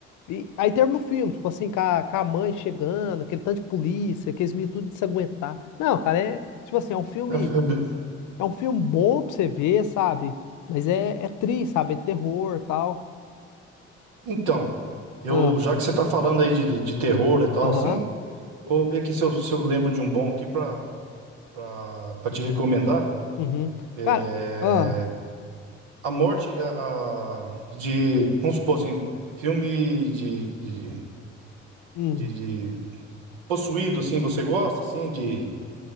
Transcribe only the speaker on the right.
É, é,
Então, eu
já que você tá falando aí de, de terror e tal,
assim, vou ver aqui se eu, se eu lembro de um bom aqui pra, pra, pra te recomendar.
É,
a morte a, a- de, vamos supor assim, filme de, de,
de- de possuído, assim, você gosta, assim, de...